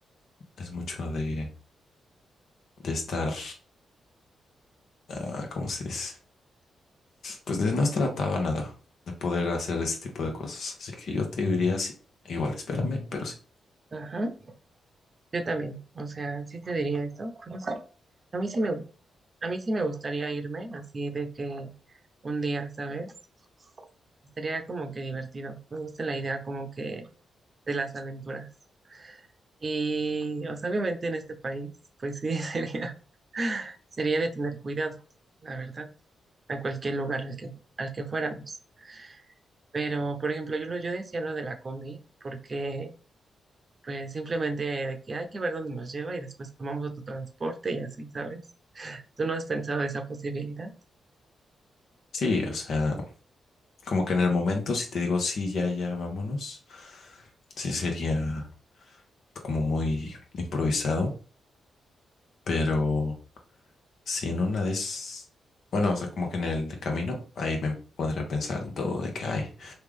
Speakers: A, on the left; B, on the right.
A: es mucho de, de estar, ah, ¿cómo se dice? Pues de no estar atado a nada, de poder hacer ese tipo de cosas. Así que yo te diría sí, igual, espérame, pero sí.
B: Ajá. Yo también, o sea, sí te diría eso, pero no sé. A mí sí me, gu- a mí sí me gustaría irme así de que un día, ¿sabes? Estaría como que divertido. Me gusta la idea como que de las aventuras. Y, o sea, obviamente en este país, pues sí, <laughs> sería, sería de tener cuidado, la verdad, a cualquier lugar al que, al que fuéramos. Pero, por ejemplo, yo, lo- yo decía lo de la combi, porque Pues simplemente de que hay que ver dónde nos lleva y después tomamos otro transporte y así, ¿sabes? Tú no has pensado esa posibilidad,
A: Sí, o sea, como que en el momento, si te digo sí, ya, ya, vámonos, sí sería como muy improvisado, pero si en una de esas, bueno, o sea, como que en el camino, ahí me pondría a pensar en todo de que hay.